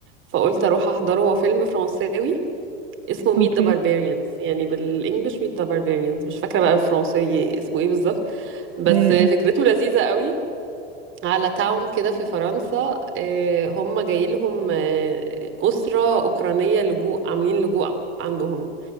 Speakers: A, on the right (about 40°); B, on the right (about 80°).
A: فقلت اروح احضره هو فيلم فرنساوي اسمه ميت
B: اوكي
A: ذا باربيريانز يعني بالانجلش ميت ذا باربيريانز مش فاكره بقى بالفرنساوي اسمه ايه بالظبط بس
B: ايوه
A: آه،
B: أيوة.
A: فكرته لذيذة قوي على تاون كده في فرنسا آه، هم جاي لهم آه، أسرة أوكرانية لجوء عاملين لجوء عندهم